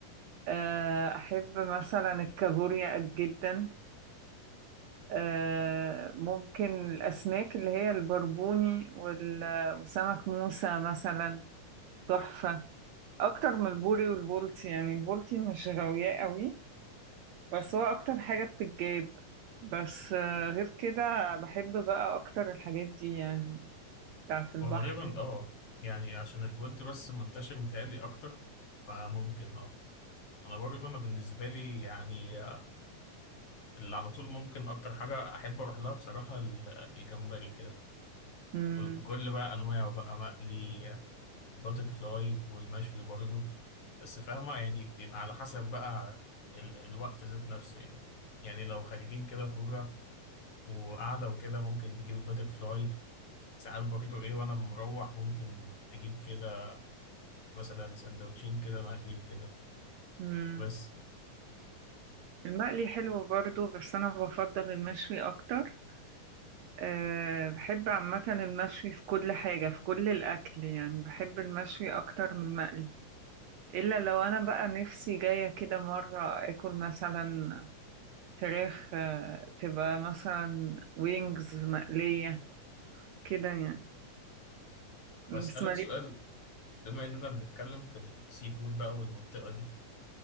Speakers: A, on the right; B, on the left.
A: آه أحب مثلا الكابوريا جدا آه ممكن الأسماك اللي هي البربوني وال- وسمك موسى مثلا تحفة أكتر من البوري والبولتي يعني البولتي مش غاوياه قوي بس هو أكتر حاجة بتتجاب بس آه، غير كده بحب بقى أكتر الحاجات دي يعني بتاعة البحر
B: غالبا اه يعني عشان البولتي بس منتشر متهيألي اكتر فممكن اه انا برضه انا بالنسبه لي يعني آه، اللي على طول ممكن اكتر حاجه احب اروح لها بصراحه ال- الجمبري كده
A: مم.
B: ب- بكل بقى انواعه بقى مقلي الباتر فلاي والمشوي برضه بس فاهمة يعني بيبقى على حسب بقى ال الوقت ذات نفسه يعني يعني لو خارجين كده خروجة وقعدة وكده ممكن نجيب الباتر فلاي ساعات برضه ايه وانا مروح ممكن اجيب كده مثلا سندوتشين كده مقلي كده
A: مم.
B: بس
A: المقلي حلو برضو بس أنا بفضل المشوي أكتر أه بحب عامة المشوي في كل حاجة في كل الأكل يعني بحب المشوي أكتر من المقلي إلا لو أنا بقى نفسي جاية كده مرة أكل مثلا فراخ آه، تبقى مثلا وينجز مقلية كده يعني
B: بسألك
A: بس مالي
B: سؤال بما اننا بنتكلم في السي فود بقى والمنطقة دي